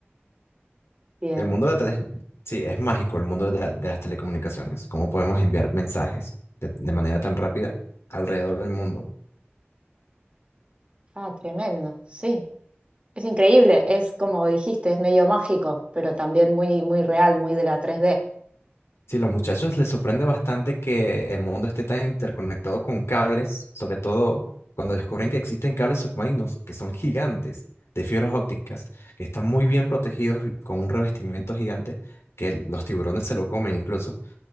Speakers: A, on the right (about 30°); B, on the left (about 80°).
A: Bien.
B: El mundo de la tele, sí, es mágico el mundo de, la- de las telecomunicaciones. ¿Cómo podemos enviar mensajes de de manera tan rápida alrededor del mundo?
A: Ah, tremendo. Sí. Es increíble. Es como dijiste, es medio mágico, pero también muy, muy real, muy de la tres d
B: Sí, los muchachos les sorprende bastante que el mundo esté tan interconectado con cables, sobre todo cuando descubren que existen cables submarinos que son gigantes, de fibras ópticas, que están muy bien protegidos y con un revestimiento gigante que los tiburones se lo comen incluso.